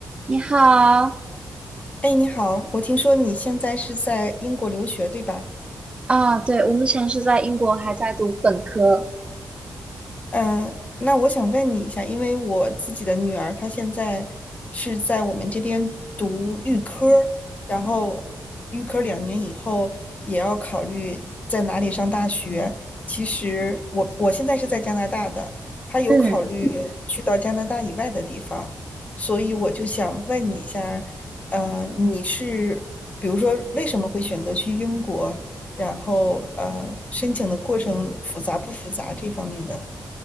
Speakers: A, on the right; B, on the left.
A: 你好
B: 哎，你好，我听说你现在是在英国留学，对吧？
A: 啊，对，我目前是在英国，还在读本科。
B: 嗯，那我想问你一下，因为我自己的女儿她现在是在我们这边读预科儿然后预科儿两年以后也要考虑在哪里上大学。其实我我现在是在加拿大的，她有考虑去到加拿大以外的地方，
A: 嗯。
B: 所以我就想问你一下，呃，你是比如说为什么会选择去英国，然后呃，申请的过程复杂不复杂这方面的？